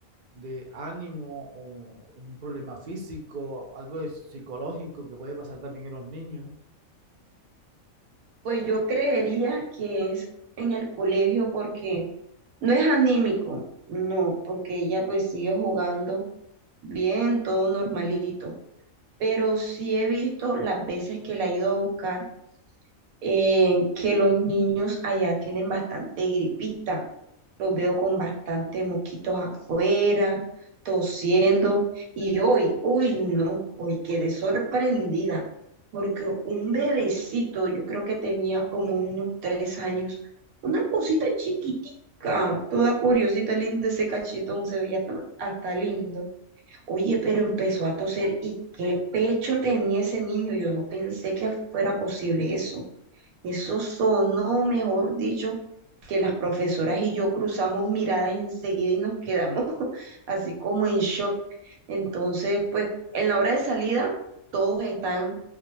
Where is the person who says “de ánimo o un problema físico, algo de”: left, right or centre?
Right